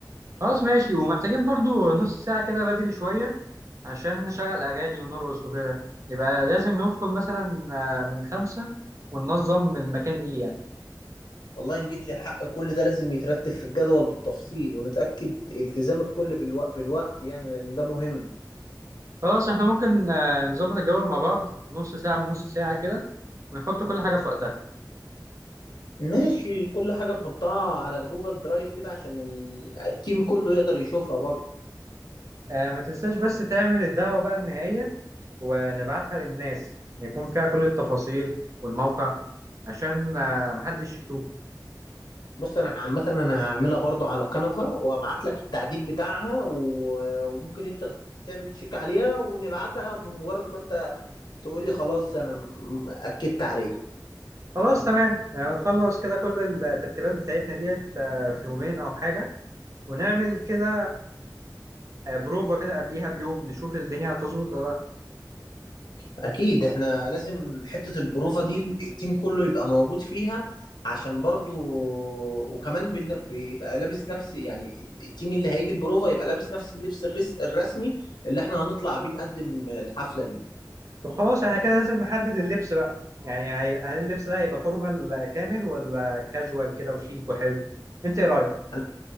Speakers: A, on the right; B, on the left.
A: خلاص ماشي ومحتاجين برضو نص ساعه كده بدري شويه عشان نشغل اغاني ونرقص وكده يبقى لازم ندخل مثلا آه، من خمسة وننظم المكان ليه يعني
B: والله إن جيت للحق كل ده لازم يترتب في الجدول بالتفصيل ونتأكد التزام الكل بالوق... بالوقت يعني لأن ده مهم
A: خلاص احنا ممكن آه، نظبط الجدول مع بعض نص ساعه من نص ساعه كده ونحط كل حاجه في وقتها
B: ماشي كل حاجة نحطها على جوجل درايف كده عشان ال- التيم كله يقدر يشوفها برضو
A: آه ما تنساش بس تعمل الدعوة بقى النهائية ونبعتها للناس يكون فيها كل التفاصيل والموقع عشان آه محدش يتوه
B: بص انا عامة انا هعملها برضو على كنفة وابعت لك التعديل بتاعها و- وممكن انت تعمل تشيك عليها ونبعتها بمجرد ما انت تقول لي خلاص انا م- اكدت عليها
A: خلاص تمام آه، خلص كده كل الترتيبات بتاعتنا ديت آه، في يومين أو حاجة ونعمل كده آه، بروفا كده قبليها بيوم نشوف الدنيا هتظبط ولا لا
B: اكيد احنا لازم حتة البروفة دي التيم كله يبقى موجود فيها عشان برضو وكمان بن- بيبقى لابس نفس يعني التيم اللي هيجي البروفة يبقى لابس نفس اللبس الرس- الرسمي اللي احنا هنطلع بيه نقدم الحفلة بيه
A: طب خلاص احنا كده لازم نحدد اللبس بقى يعني هي- هل اللبس ده هيبقى فورمال كامل ولا كاجوال كده وشيك وحلو انت ايه رأيك
B: انا